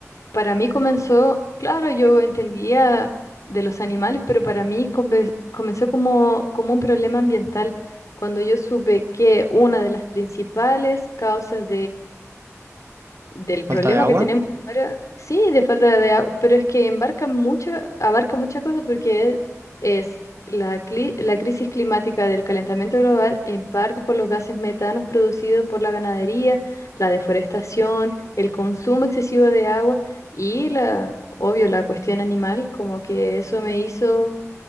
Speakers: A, on the left; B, on the right.
A: Para mí comenzó, claro, yo entendía de los animales, pero para mí come- comenzó como, como un problema ambiental, cuando yo supe que una de las principales causas del problema
B: Falta de agua.
A: que tenemos ahora, sí, de falta de agua, pero es que embarca mucha, abarca muchas cosas porque es, la, cli- la crisis climática del calentamiento global, en parte por los gases metanos producidos por la ganadería, la deforestación, el consumo excesivo de agua y la, obvio, la cuestión animal, como que eso me hizo